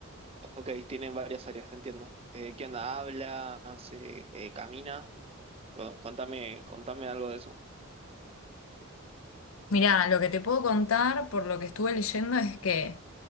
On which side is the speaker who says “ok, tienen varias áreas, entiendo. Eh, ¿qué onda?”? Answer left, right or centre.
Right